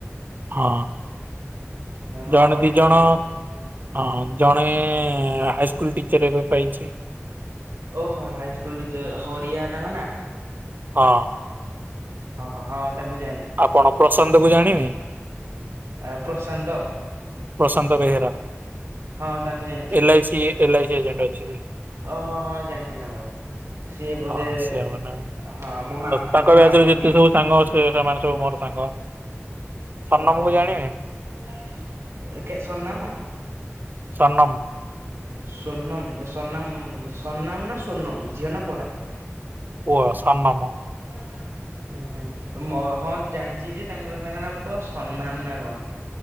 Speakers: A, on the right; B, on the right.
A: ହଁ
B: ହଁ
A: ଜଣେ
B: ହରିପୁର
A: ଦି ଜଣ
B: ତାଙ୍କର।
A: ହଁଁ ହଁଁ ଜଣେ ହାଇସ୍କୁଲ ଟିଚର୍ ଏବେ ପାଇଛି।
B: ଓହୋ ହାଇ ସ୍କୁଲ ଟିଚର ହରିଆ ତାଙ୍କ ନା?
A: ହଁ।
B: ଓ ହୋ ହଁ ତାଙ୍କୁ ଜାଣି
A: ଆପଣ ପ୍ରଶାନ୍ତ କୁ ଜାଣିବେ?
B: ଆ ପ୍ରଶାନ୍ତ?
A: ପ୍ରଶାନ୍ତ ବେହେରା
B: ହଁ ତାଙ୍କୁ ଜାଣିଛି।
A: L I C L I C agent ଅଛି।
B: ଓହୋ ହଁ ଜାଣିଛି ତାଙ୍କ। ସିଏ ବୋଧେ
A: ହଁ ସେ ମାନେ
B: ହଁ ମୋ ମା
A: ତାଙ୍କ
B: ମୋ
A: ବ୍ୟାଚରେ
B: ମାମୁଁ
A: ଯେତେ
B: ବି।
A: ସବୁ ସାଙ୍ଗ ସେ ସେମାନେ ସବୁ ମୋର ସାଙ୍ଗ। ସନମକୁ
B: ଓହୋ ହୋ
A: ଜାଣିବେ
B: କେ ସର୍ନାମ?
A: ସନମ୍।
B: ସୁର୍ନମ ସନାମ ସର୍ନାମ ନା ସୁ୍ର୍ଣମ ଝିଅ ନା ପୁଅଟା?
A: ପୁଅ ସନମ।
B: କର ମା ଆଜ୍ଞା ମ ହଁ ଜାଣିଛି ଯେ ତାଙ୍କ ତାଙ୍କ ନାଁ ତ ସନାମ ନା କଣ?